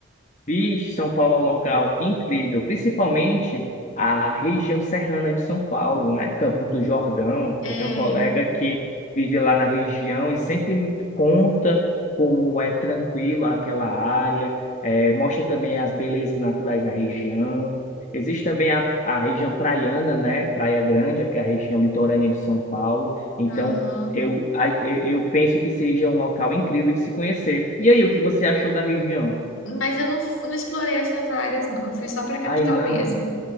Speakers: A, on the left; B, on the left.
A: Fiz São Paulo é um local incrível, principalmente a região serrana de São Paulo, né? Campos do Jordão.
B: É,
A: Eu tenho um colega que vive lá na região e sempre me conta como é tranquilo aquela área, eh, mostra também as belezas naturais da região. Existe também a, a região praiana, né? Praia Grande, que é a região litorânea de São Paulo. Então,
B: aham.
A: eu, a- eu eu penso que seja um local incrível de se conhecer. E aí, o que você achou da região?
B: Mas eu não, f- não explorei essas áreas, não. Eu fui só para a capital
A: Ai, não.
B: mesmo.